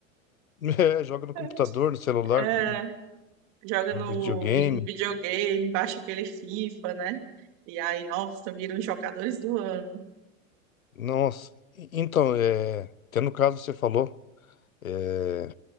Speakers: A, on the left; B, on the right.
A: É, joga no
B: <laughs>
A: computador, no celular,
B: é,
A: no
B: joga
A: no
B: no,
A: videogame.
B: no videogame, baixa aquele FIFA, né? E aí, nossa, viram os jogadores do ano.
A: Nossa. E- Então, é, até no caso que você falou, é,